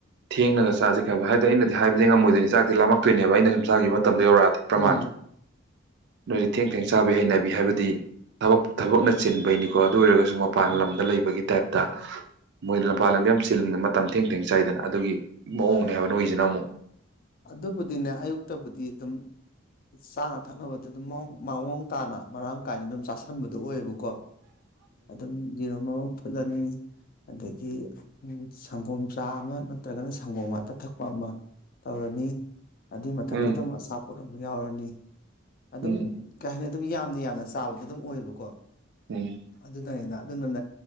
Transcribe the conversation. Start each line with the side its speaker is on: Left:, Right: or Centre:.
Right: ꯊꯦꯡꯅꯒ ꯆꯥꯁꯦ ꯀꯩꯕ ꯍꯥꯏꯗꯤ ꯑꯩꯅꯗꯤ ꯍꯥꯏꯕꯗꯤ ꯉꯝꯃꯣꯏꯗꯣꯏꯅꯤ ꯆꯥꯛꯇꯤ ꯂꯥꯝꯂꯛꯇꯣꯏꯅꯦꯕ ꯑꯩꯅ ꯁꯨꯝ ꯆꯥꯈꯤꯕ ꯃꯇꯝꯗ ꯌꯧꯔꯛꯑꯗꯤ ꯄ꯭ꯔꯃꯥꯅꯤ
Left: ꯎꯝ
Right: ꯅꯣꯏꯗꯤ ꯊꯦꯡ ꯊꯦꯡ ꯆꯥꯕꯩ ꯍꯩꯅꯕꯤ ꯍꯥꯏꯕꯗꯤ ꯊꯕꯛ ꯊꯕꯛꯅ ꯆꯤꯟꯕꯩꯅꯤꯀꯣ ꯑꯗꯨ ꯑꯣꯏꯔꯒꯁꯨ ꯃꯄꯥꯟ
Left: ꯎꯝ
Right: ꯂꯝꯗ ꯂꯩꯕꯒꯤ ꯇꯥꯏꯞꯇ ꯃꯣꯏ ꯃꯄꯥꯜ ꯂꯝꯗ ꯌꯥꯝ ꯆꯤꯜꯂꯤꯗꯅ ꯃꯇꯝ ꯊꯦꯡ ꯊꯦꯡ ꯆꯥꯏꯗꯅ ꯑꯗꯨꯒꯤ ꯃꯑꯣꯡꯅꯦ ꯍꯥꯏꯕ ꯅꯣꯏꯒꯤꯁꯤꯅ ꯑꯃꯨꯛ
Left: ꯑꯗꯨꯕꯨꯗꯤꯅꯦ ꯑꯌꯨꯛꯇꯕꯨꯗꯤ ꯑꯗꯨꯝ ꯆꯥꯅ ꯊꯛꯅꯕꯗ ꯑꯗꯨꯝ ꯃꯑꯣꯡ ꯇꯥꯅ ꯃꯔꯥꯡ ꯀꯥꯏꯅ ꯑꯗꯨꯝ ꯆꯥꯥꯁꯟꯕꯗꯣ ꯑꯣꯏꯌꯦꯕꯀꯣ
Right: <inaudible>
Left: ꯑꯗꯨꯝ ꯌꯦꯔꯨꯝ ꯑꯃ ꯐꯨꯠꯂꯅꯤ ꯑꯗꯒꯤ ꯁꯪꯒꯣꯝ ꯆꯥ ꯑꯃ ꯅꯠꯇ꯭ꯔꯒꯅ ꯁꯪꯒꯣꯝ ꯉꯥꯛꯇ ꯊꯛꯄ ꯑꯃ ꯇꯧꯔꯅꯤ ꯑꯗꯨꯏ ꯃꯊꯛꯇꯨꯗ
Right: ꯎꯝ
Left: ꯑꯃꯨꯛ ꯑꯆꯥꯄꯣꯠ ꯑꯃꯨꯛ ꯌꯥꯎꯔꯅꯤ ꯑꯗꯨꯝ
Right: ꯎꯝ
Left: ꯀꯩ ꯍꯥꯏꯅꯤ ꯑꯗꯨꯝ ꯌꯥꯝꯅ ꯌꯥꯝꯅ ꯆꯥꯕꯗꯣ ꯑꯗꯨꯝ ꯑꯣꯏꯌꯦꯕꯀꯣ
Right: ꯎꯝ
Left: ꯑꯗꯨꯅꯅꯤꯗ ꯑꯗꯨꯅꯅꯦ